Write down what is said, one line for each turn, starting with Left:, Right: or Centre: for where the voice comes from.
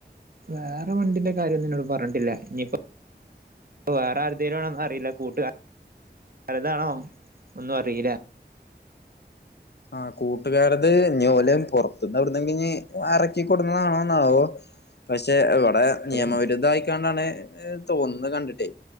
Right: വേറെ വണ്ടിന്റെ കാര്യംന്നും നിന്നോട് പറഞ്ഞിട്ടില്ല ഇനി വേറെ ആരുതലും വണോന്നും അറിയില്ല കൂട്ടുകാര പലതാണോ ഒന്നും അറിയില്ല
Left: ആ കൂട്ടുകാരുത് ഞോലം പുറത്തന്ന് അവിട കഴ ടുന്നതാണോന്നാവോ പക്ഷെ ഇവിടെ നിയമവിരുദ്ധ
Right: രും
Left: ആയിക്കണ്ടാണ് തോന്നുന്നു കണ്ടിട്ടേ